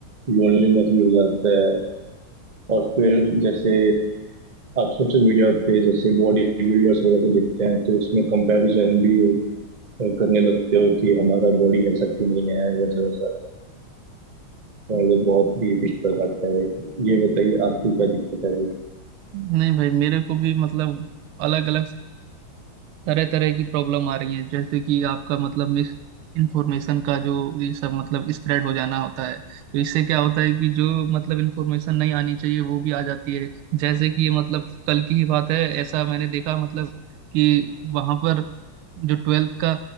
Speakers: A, on the right; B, on the right.
A: लोनलीनेस भी हो जाता है और फिर जैसे आप सोशल मीडिया पे जैसे बॉडी बिल्डर्स वगैरह को देखते हैं तो उसमें कंपैरिजन भी हो- करने लगते हो कि हमारा बॉडी ऐसा क्यों नहीं है वैसा वैसा तो मतलब बहुत ही दिक्कत आता है ये बताइए आपको क्या दिक्कत है
B: नहीं भाई मेरे को भी मतलब अलग अलग तरह तरह की प्रॉब्लम आ रही है जैसे कि आपका मतलब मिस इंफॉर्मेशन का जो ये सब मतलब स्प्रेड हो जाना होता है तो इससे क्या होता है कि जो मतलब इंफॉर्मेशन नहीं आनी चाहिए वो भी आ जाती है जैसे कि ये मतलब कल की ही बात है ऐसा मैंने देखा मतलब कि वहां पर जो ट्वेल्थ का